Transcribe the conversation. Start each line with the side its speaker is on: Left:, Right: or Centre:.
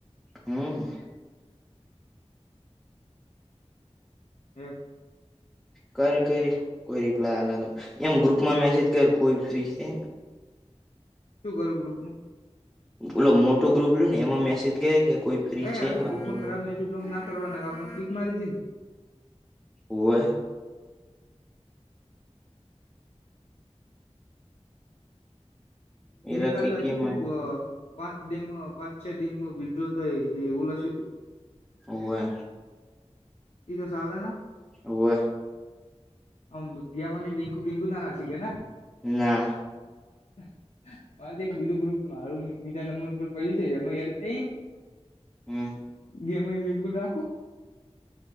Centre: હમ,
Left: હ,
Centre: કર કર કોઈ રિપ્લાય આલે તો એમ ગ્રુપમાં મેસેજ કર કોઈ ફ્રી છે.
Left: શું કરુ ગ્રુપમાં?
Centre: બલો મોટો ગ્રુપ ને એમાં મેસેજ ગયા કે કોઈ. ફ્રી
Left: એ
Centre: છે
Left: આજુ
Centre: વાતો
Left: ગ્રુપમાં
Centre: કરવા
Left: ખરાબ મેસેજ તોમ ના કરવા નાગ આપે ક્લિક મારી દ જ ને.
Centre: બોલ. એ તો
Left: કાલ
Centre: કીકી
Left: હશું
Centre: મારી
Left: તું. પાંચ ડેમાં પાંચ છ દિનમાં વિડ્રોહ થાય એવું લસ્યું હતું.
Centre: ઓવે.
Left: એ તો સલના.
Centre: હવે.
Left: અમ ગ મને લીંકુ બીંકુ ના ના શી ગે.
Centre: ના.
Left: હ. મા એક બીજો ગ્રુપ મારું બીજા નંબર ઉપર પડ્યું છે એડ થઈ.
Centre: હમ.
Left: ગેમ લીંકુ નાખું.